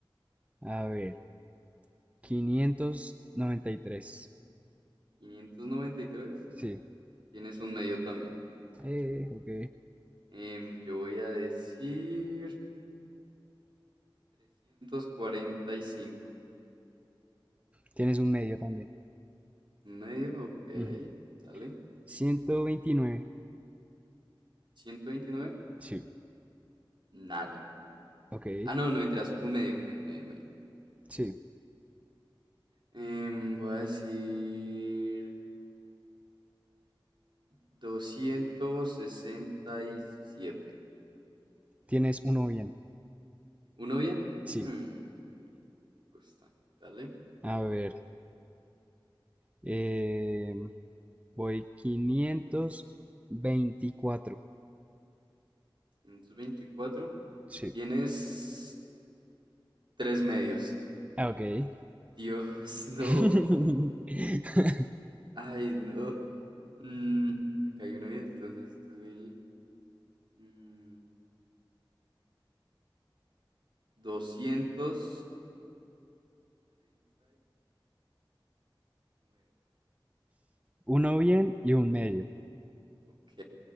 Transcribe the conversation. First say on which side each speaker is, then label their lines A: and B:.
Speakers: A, on the right (about 15°); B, on the right (about 65°).
A: a ver, quinientos noventa y tres,
B: quinientos noventa y tres
A: Sí,
B: Tienes un medio también.
A: eh, ok.
B: Em, yo voy a decir 345.
A: Tienes un medio también.
B: Un medio, ok.
A: Ujú.
B: Dale.
A: ciento veintinueve.
B: ciento veintinueve
A: Sí,
B: Nada.
A: ok,
B: Ah, no, no mentiras. Un medio, un medio, un medio, un medio.
A: sí.
B: Em, voy a decir doscientos sesenta y siete
A: Tienes uno bien.
B: ¿Uno bien?
A: Sí,
B: Hmm, pues está. Dale.
A: a ver. eh, voy quinientos veinticuatro.
B: 524.
A: Sí,
B: Tienes tres medios.
A: ah, ok.
B: Dios, <laughs> no.
A: <laughs>
B: Ay, no. Mm, acá hay uno bien, entonces tuve el mm, 239.
A: Uno bien y un medio.
B: Ok,